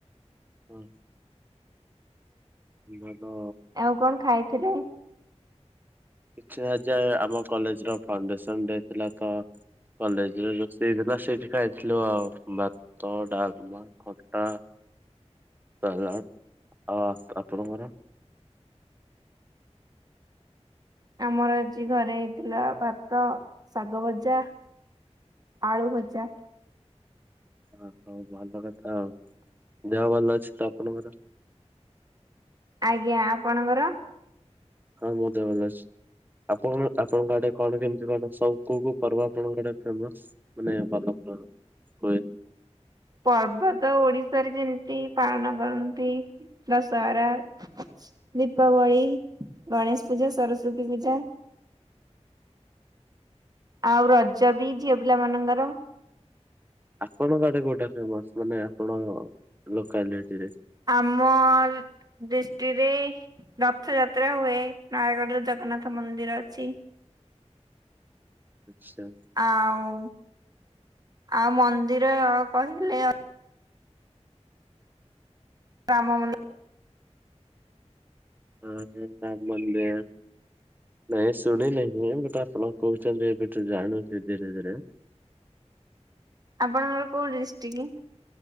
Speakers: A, on the right (about 15°); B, on the right (about 35°).
A: ହ। ଭଲ।
B: ଆଉ କଣ ଖାଇଥିଲେ?
A: ଆଛା ଆଛା ଆମ କଲେଜ ର ଫାଉଣ୍ଡେସନ ଡେ ଥିଲା ତ। କଲେଜ ରେ ରୋଷେଇ ହେଇଥିଲା ସେଇଠି ଖାଇଥିଲୁ ଆଉ ଭାତ ଡାଲମା। ଆଉ ଖଟା ଆ ଆଉ ଆପଣଙ୍କର?
B: ଆମର ଆଜି ଘରେ ହେଇଥିଲା ଭାତ, ଶାଗ ଭଜା। ଆଳୁ ଭଜା।
A: ଅ ହଉ ଭଲ କଥା ଆଉ ଦେହ ଭଲ ଅଛି ତ ଆପଣଙ୍କର?
B: ଆଜ୍ଞା ଆପଣଙ୍କର?
A: ହଁ ମୋ ଦେହ ଭଲ ଅଛି ଆପଣ ଆପଣଙ୍କ ଆଡେ କଣ କେମିତି କଣ ସବୁ କୋଉ କୋଉ ପର୍ବ ଆପଣଙ୍କ ଆଡେ ଫେମସ ମାନେ ଭଲ ପ ହୁଏ।
B: ପର୍ବ ତ ଓଡିଶାରେ ଯେମିତି ପାଳନ କରନ୍ତି। ଦଶହରା, ଦୀପାବଳି, ଗଣେଶ ପୂଜା ସରସ୍ଵତୀ ପୂଜା। ଆଉ ରଜ ବି ଝିଅ ପିଲା ମାନଙ୍କର।
A: ଆପଣଙ୍କ ଆଡେ କୋଉଟା ଫେମସ ମାନେ ଆପଣଙ୍କ ଲୋକାଲିଟିରେ।
B: ଆମ ଡିସଟ୍ରିକ୍ଟରେ ରଥ ଯାତ୍ରା ହୁଏ। ନୟାଗଡରେ ଜଗ ଜଗନ୍ନାଥ ମନ୍ଦିର ଅଛି।
A: ଆଛା।
B: ଆଉ ଆଉ ମନ୍ଦିର କହିଲେ ରାମ ମନ୍ଦି
A: ହ ଯେ <unintelligible> ମନ୍ଦିର। ନାଇଁ ଶୁଣିନି ଯେ ଆପଣ କହୁଛନ୍ତି ଏବେ ଜାଣୁଛି ଧୀରେ ଧୀରେ।
B: ଆପଣଙ୍କର କୋଉ ଡିଷ୍ଟିକି?